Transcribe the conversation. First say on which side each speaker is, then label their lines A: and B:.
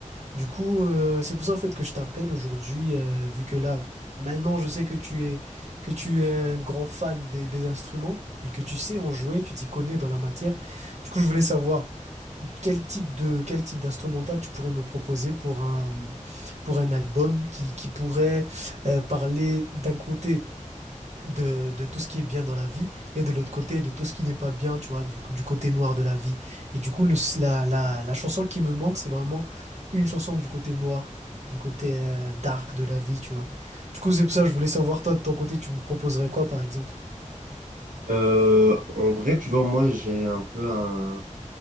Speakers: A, on the right (about 60°); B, on the right (about 85°).
A: Du coup, euh, c'est pour ça en fait que je t'appelle aujourd'hui, euh, vu que là, maintenant, je sais que tu es, que tu es un grand fan des, des instruments et que tu sais en jouer, tu t'y connais dans la matière. Du coup, je voulais savoir quel type de, quel type d'instrumental tu pourrais me proposer pour un, pour un album qui, qui pourrait euh, parler d'un côté de, de tout ce qui est bien dans la vie et de l'autre côté de tout ce qui n'est pas bien, tu vois, du, du côté noir de la vie. Et du coup, le, la, la, la chanson qui me manque, c'est vraiment une chanson du côté noir, du côté euh, dark de la vie, tu vois. Du coup, c'est pour ça, je voulais savoir, toi, de ton côté, tu me proposerais quoi, par exemple?
B: Euh, en vrai, tu vois, moi, j'ai un peu un,